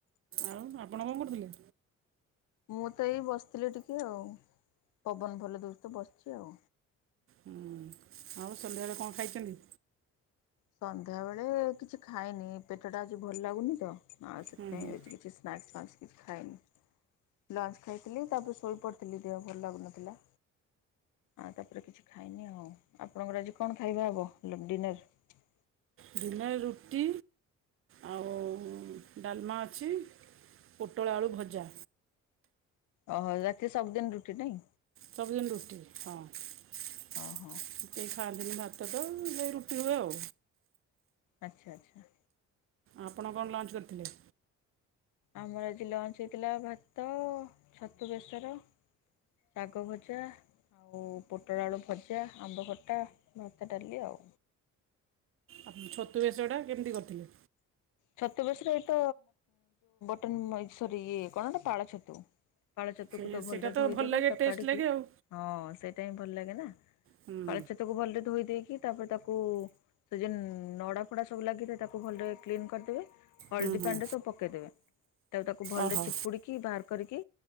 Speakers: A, on the right; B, on the left.
A: ଆଉ ଆପଣ କ'ଣ କରୁଥିଲେ।
B: ମୁଁ ତ ଏଇ ବସିଥିଲି ଟିକେ ଆଉ ପବନ ଭଲ ଦଉଚି ତ ବସିଛି ଆଉ।
A: ହୁଁ ଆଉ ସନ୍ଧ୍ୟାବେଳେ କଣ ଖାଇଛନ୍ତି?
B: ସନ୍ଧ୍ୟା ବେଳେ କିଛି ଖାଇନି ପେଟ ଟା ଆଜି ଭଲ ଲାଗୁନି ତ। ଆଉ ସେଥିପାଇଁ
A: ହୁଁ ହୁଁ
B: ହେଉଛି କିଛି ସ୍ନାକ୍ସ୍ ଫାକ୍ସ କିଛି ଖାଇନି ଲଞ୍ଚ ଖାଇଥିଲି ତାପରେ ଶୋଇ ପଡ଼ିଥିଲି ଦେହ ଭଲ ଲାଗୁନଥିଲା। ଆଉ ତାପରେ କିଛି ଖାଇନି ଆଉ ଆପଣଙ୍କର ଆଜି କଣ ଖାଇବା ହବ ଡିନର।
A: ଦିନରେ ରୁଟି ଆଉ ଡାଲମା ଅଛି ପୋଟଳ ଆଳୁ ଭଜା।
B: ଓହୋ ରାତିରେ ସବୁଦିନ ରୁଟି ନାଇଁ।
A: ସବୁଦିନ ରୁଟି ହଁ। ସେ
B: ଓହୋ
A: ଖାତିନି ଭାତ। ନେଇ ରୁଟି ହୁଏ ଆଉ।
B: ଆଚ୍ଛା ଆଚ୍ଛା।
A: ଆପଣ କଣ ଲଞ୍ଚ କରିଥିଲେ?
B: ଆମର ଆଜି ଲଞ୍ଚ ହେଇଥିଲା ଭାତ ଛତୁ ବେସର। ଶାଗ ଭଜା ଆଉ ପୋଟଳ ଆଳୁ ଭଜା, ଆମ୍ବ ଖଟା, ଭାତ ଡାଲି ଆଉ।
A: ଆପଣ ଛତୁ ବେଶଟା କେମିତି କରିଥିଲେ?
B: ଛତୁ ବେଶରେ ଏଇତ <unintelligible> ଇଏ କଣଟା ପାଳ ଛତୁ। ପାଳଚତୁକୁ
A: ସେ
B: ତ ଭଲରେ
A: ସେଇଟା
B: ଧୋଇଦେବେ
A: ଭଲ ଲାଗେ
B: ତାକୁ
A: ଟେଷ୍ଟ
B: କାଢିକି
A: ଲାଗେ ଆଉ
B: ହଁ ସେଇଟା ହିଁ ଭଲ ଲାଗେ ନା। <inaudible>
A: ହୁଁ
B: ପାଳଛେତକୁ ଭଲରେ ଧୋଇ ଦେଇକି ତାପରେ ତାକୁ ସେ ଯେନ୍ ନଡା ଫଡା ସବୁ ଲାଗିଥାଏ ତାକୁ କୁ ଭଲରେ କ୍ଲିନ୍ କରିଦେବେ। ହଳଦୀ
A: ହୁଁ
B: ପାଣିରେ
A: ହୁଁ
B: ସବୁ ପକେଇଦବେ ତାକୁ ତାକୁ ଭଲରେ
A: ଓହୋ
B: ଚିପୁଡିକି ବାହାର କରିକି